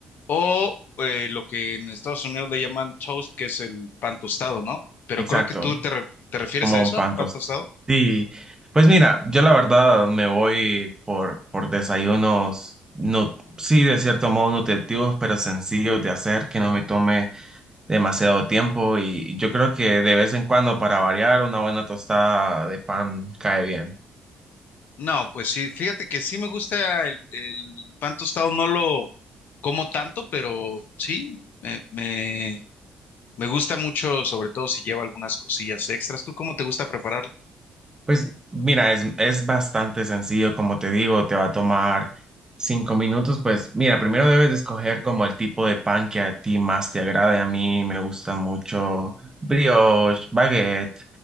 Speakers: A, on the left; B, on the right.
A: O eh, lo que en Estados Unidos le llaman toast, que es el pan tostado, ¿no? Pero
B: Exacto,
A: creo que tú te, re- te refieres
B: como
A: a eso,
B: un pan
A: al pan
B: tostado.
A: tostado.
B: Sí, pues mira, yo la verdad me voy por, por desayunos, no, sí, de cierto modo nutritivos, pero sencillos de hacer, que no me tome demasiado tiempo y, y yo creo que de vez en cuando para variar una buena tostada de pan cae bien.
A: No, pues sí, fíjate que sí me gusta el, el pan tostado, no lo como tanto, pero sí, me, me- Me gusta mucho, sobre todo si lleva algunas cosillas extras. ¿Tú cómo te gusta prepararlo?
B: Pues mira, es, es bastante sencillo, como te digo, te va a tomar cinco minutos. Pues mira, primero debes de escoger como el tipo de pan que a ti más te agrade. A mí me gusta mucho brioche, baguette,